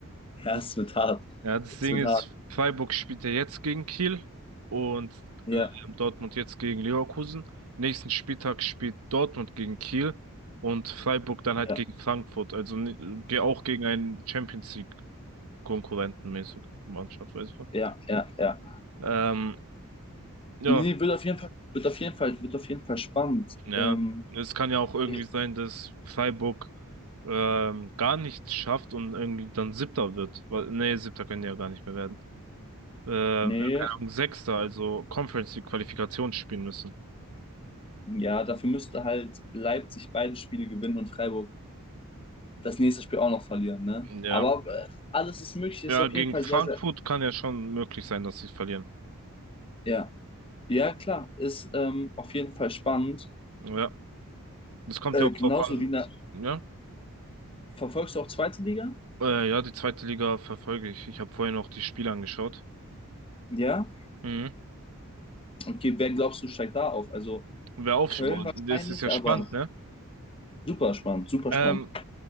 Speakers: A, on the left (about 25°); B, on the right (about 75°).
A: Ja,
B: Das
A: es wird hart.
B: Ja, das
A: Es
B: Ding
A: wird
B: ist,
A: hart.
B: Freiburg spielt ja jetzt gegen Kiel und
A: Ja,
B: Dortmund jetzt gegen Leverkusen. Nächsten Spieltag spielt Dortmund gegen Kiel und Freiburg dann halt
A: ja,
B: gegen Frankfurt. Also ni- ge- auch gegen einen Champions League-Konkurrenten mäßig Mannschaft, weißt du.
A: ja, ja, ja.
B: Ähm, ja,
A: Nee, wird auf jeden Fall, wird auf jeden Fall, wird auf jeden Fall spannend.
B: ja.
A: Ähm,
B: Es kann ja auch irgendwie
A: ich,
B: sein, dass Freiburg ähm, gar nichts schafft und irgendwie dann Siebter wird. Weil- Nee, Siebter können die ja gar nicht mehr werden. äh, keine
A: nee,
B: Ahnung, Sechster, also Conference League Qualifikation spielen müssen.
A: ja, dafür müsste halt Leipzig beide Spiele gewinnen und Freiburg das nächste Spiel auch noch verlieren, ne?
B: Ja.
A: Aber äh, alles ist möglich, ist
B: Ja,
A: auf
B: gegen
A: jeden Fall
B: Frankfurt
A: sehr, sehr,
B: kann ja schon möglich sein, dass sie verlieren.
A: ja. Ja, klar, ist ähm, auf jeden Fall spannend.
B: Ja. Das kommt
A: Äh,
B: ja auch
A: genauso
B: drauf an.
A: wie in der,
B: Ja.
A: verfolgst du auch zweite Liga?
B: Äh, ja, die zweite Liga verfolge ich. Ich habe vorhin auch die Spiele angeschaut.
A: Ja?
B: Mhm.
A: Okay, wer glaubst du steigt da auf? Also
B: Wer aufschaut,
A: Köln
B: boah,
A: wahrscheinlich,
B: das ist ja spannend,
A: aber
B: ne?
A: super spannend, super
B: Ähm,
A: spannend.